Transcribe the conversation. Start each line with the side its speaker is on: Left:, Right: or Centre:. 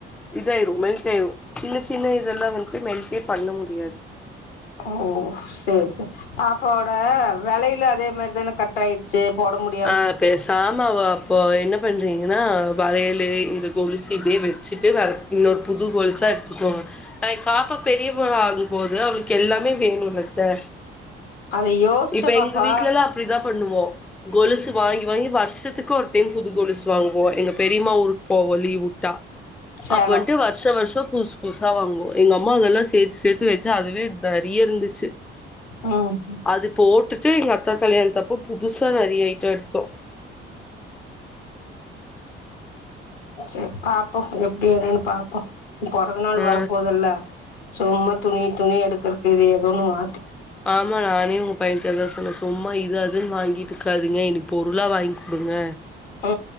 Centre: இதாயிரு மெல்ட் ஆயிரு சின்ன சின்ன இதெல்லா வன்ட்டு மெல்ட்டே பண்ண முடியாது
Left: ஓ சேர் செரி பாப்பாவோட வெளையிலு அதே மாரிதான கட் ஆயிரு சி போட முடியு
Centre: ஆ பேசா ம அ அப்போ என்ன பண்றீங்கன்னா வளையலு இந்த கொலுசு இதையு வச்சுட்டு வேற இன்னோர் புது கொல்ஷா எடுத்துக்கோங்க அ பாப்பா பெரிய பொண்ணா ஆகும்போது அவளுக்கு எல்லாமே வேணுலத்தே
Left: அத யோசிச்ச
Centre: இப்ப
Left: பாப்பா
Centre: எங்க வீட்லல்லா அப்டிதா பண்ணுவோ கொலுசு வாங்கி வாங்கி வர்ஷத்துக்கு ஒரு டைம் புது கொலுசு வாங்குவோ எங்க பெரியமா ஊருக்கு போவோ லீவ் வுட்டா
Left: சேலோ
Centre: அப்ப வன்ட்டு வ ர்ஷோ வர்ஷோ புதுசு புதுசா வாங்குவோ எங்க அம்மா அதெல்லா சேத்து சேத்து வச்சு அதுவே தரிய இருந்துச்சு
Left: ம் ம்
Centre: அது போட்டுட்டு எங்க அக்கா கல்யாணத்தப்போ புதுசா நறைய ஐட்டோ எடுத்தோ
Left: அ சேர் பாப்போ எப்டி என்னன்னு பாப்போ பொறந்த நாள்
Centre: ஆ
Left: வரப்போதல்ல சும்மா துணி துணி எடுக்றக்கு இது ஏதோன்னு மா
Centre: ஆமா நானே உங் க பையன்ட அதா சொன்ன சும்மா இது அதுன்னு வாங்கிட்ருக்காதிங்க இனி பொருளா வாங்கி குடுங்க
Left: அ